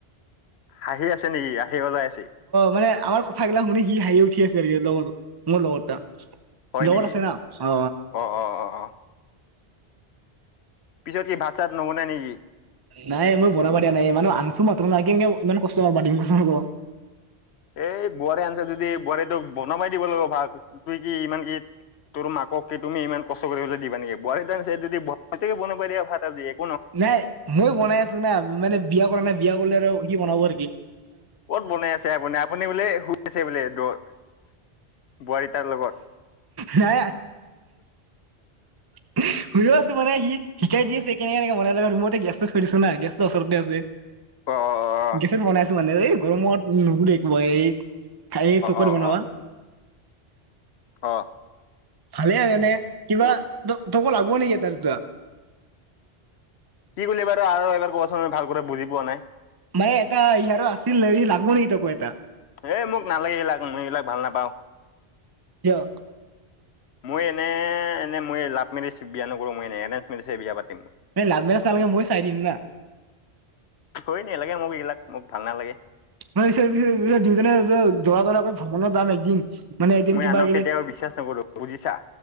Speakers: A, on the left; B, on the right.
A: হাহি ছে নেকি আহি ওলাই আছে
B: মানে আমাৰ কথাগিলাক শুনি সি হাঁহি উঠি আছে লগত মোৰ লগৰটা
A: হয়
B: লগত
A: নেকি
B: আছে না অ
A: অ অ অ অ পিছত কি ভাত চাত নবনাই নেকি?
B: নাই মই বনাবা দিয়া নাই মান আনছো মাত্ৰ নাই কিনকে ইমান কষ্ট হব দিম কচোনকৌ
A: এই বোৱাৰী আনিছে যদি বোৱাৰী তোক বনাবাই দিব লাগিব ভাত তু কি ইমান কি তোৰ মাকক কি তুমি ইমান কষ্ট কৰিবলৈ দিবা নেকি বোৱাৰী যদি আনিছে বোৱাৰীকে বনাব দিয়া ভাত আজি এ
B: নাই ময় বনাই আছো না মানে বিয়া কৰা নাই বিয়া কৰলে আৰু কি বনাব টিকি
A: ক'ত বনাই আছে আপুনি আপুনি বোলে শু আছে বোলে দৰ বোৱাৰী তাৰ লগত
B: হে <unintelligible> শুই আছো মানে সি। শিকাই দি আছে কেনেকে কেনেকে বনাব লাগে মই তো গেছটো থৈ দিছো না গেছ ওচৰতে আছে।
A: অ অ
B: গেছত বনাই আছো মানে এই গৰমত <unintelligible> খাই
A: অ অ অ
B: <unintelligible>
A: অ।
B: ভালে আৰ মানে কিবা তকো লাগব নিকি এটা দুটা।
A: কি বাৰু আৰু এবাৰ কৱা চোন ভাল কৰি বুজি পোৱা নাই।
B: মানে এটা ইয়াৰো আছিল নে লাগব নেকি তকৌ
A: এ মোক নালাগে এইবিলাক মই এইবিলাক ভাল নাপাও।
B: কিয়
A: মই এনে এনে মই লাভ মেৰিচ বিয়া নকৰো মই এনে এৰেঞ্জ মেৰিছে বিয়া পাতি
B: এই লাভমেৰেজ নালাগে মই চাই দিম না।
A: হয় ন লাগে মোক এইগিলাক মোক ভাল নালাগে।
B: <unintelligible> দুইজনে <unintelligible> ভ্ৰমণত যাম একদিন মানে এদিন
A: মই
B: কিবা
A: আনক
B: আহিলে
A: কেতিয়াও বিশ্বাস নকৰো বুজিছা